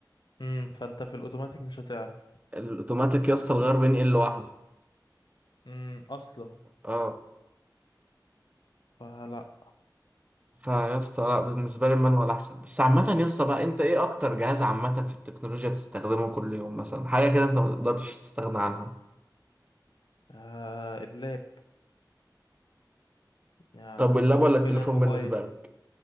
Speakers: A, on the left (about 75°); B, on the right (about 20°).
A: امم فانت في الاوتوماتيك مش هتعرف
B: الاوتوماتيك يا اسطى الغيار بينقل لوحده
A: امم اصلا
B: اه
A: فلا
B: فيا اسطى لا بالنسبه لي المانوال احسن بس عامه يا اسطى بقى انت ايه اكتر جهاز عامه في التكنولوجيا بتستخدمه كل يوم مثلا حاجه كده انت ما تقدرش تستغنى عنها
A: آه اللاب يعني
B: طب واللاب
A: ممكن
B: ولا التليفون
A: الموبايل
B: بالنسبه لك